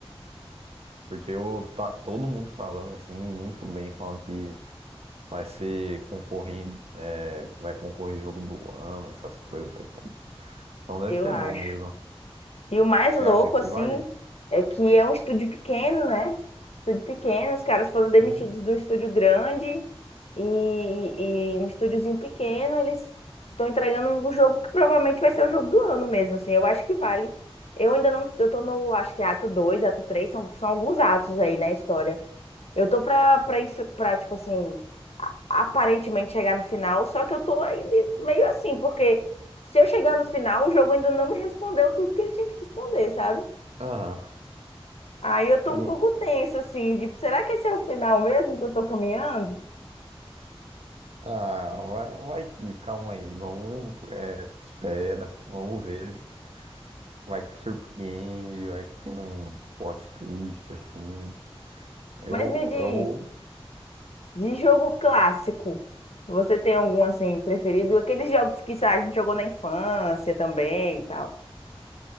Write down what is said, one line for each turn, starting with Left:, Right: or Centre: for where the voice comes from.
Right: Porque eu, tá todo mundo falando assim, muito bem, falando que vai ser concorrente, é, vai concorrer jogo do ano, essas coisas. Eu falei, "Pô, Então deve
Left: eu
Right: ser
Left: acho.
Right: bom mesmo.
Left: E o mais
Right: Você
Left: louco,
Right: acha que
Left: assim,
Right: vale?
Left: é que é um estúdio pequeno, né? Estúdio pequeno, os caras foram demitidos
Right: Sim.
Left: do estúdio grande e, e um estúdiozinho pequeno, eles estão entregando o jogo que provavelmente vai ser o jogo do ano mesmo, assim. Eu acho que vale. Eu ainda não, eu tô no, acho que é ato dois ato três são, são alguns atos aí na história. Eu tô pra, pra, inf- pra, tipo assim, aparentemente chegar no final, só que eu tô ainda meio assim, porque se eu chegar no final, o jogo ainda não me respondeu tudo que ele tinha que responder, sabe?
Right: Aham.
Left: Aí eu tô
Right: Eu-
Left: um
Right: vou-
Left: pouco tensa, assim, de será que esse é o final mesmo que eu tô caminhando?
Right: Ah, vai, vai que, calma aí, vamos, é, espera, vamos ver. Vai que surpreende, vai que tem um plot twist assim. Eu,
Left: Mas me diz,
Right: eu,
Left: de jogo clássico, você tem algum, assim, preferido? Aqueles jogos que, sei lá, a gente jogou na infância também e tal.